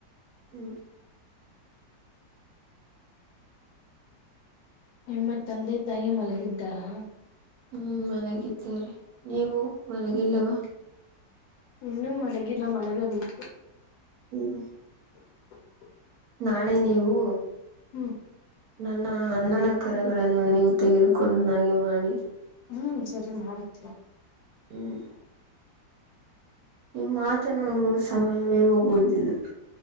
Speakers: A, on the right; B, on the left.
A: ಹ್ಮ್
B: ನಿಮ್ಮ ತಂದೆ ತಾಯಿ ಮಲಗಿದ್ದಾರಾ.
A: ಹ್ಮ್ ಮಲಗಿದ್ದರೆ ನೀವು ಮಲಗಿಲ್ಲವ.
B: ಇನ್ನು ಮಲಗಿಲ್ಲ ಮಲಗ ಬೇಕು.
A: ಹ್ಮ್.
B: <inaudible>
A: ನಾಳೆ ನೀವು.
B: ಹ್ಮ್.
A: ನನ್ನ ಅಣ್ಣನ ಕರೆಗಳನ್ನು ನೀವು ತೆಗೆದುಕೊಂಡು ನನಗೆ ಮಾಡಿ.
B: ಹ್ಮ್ ಸರಿ ಮಾಡುತೆನಿ.
A: ಹ್ಮ್. ಈ ಮಾತನಾಡುವಾಗ ಸಮಯವೇ ಹೋಗುವುದಿಲ್ಲ.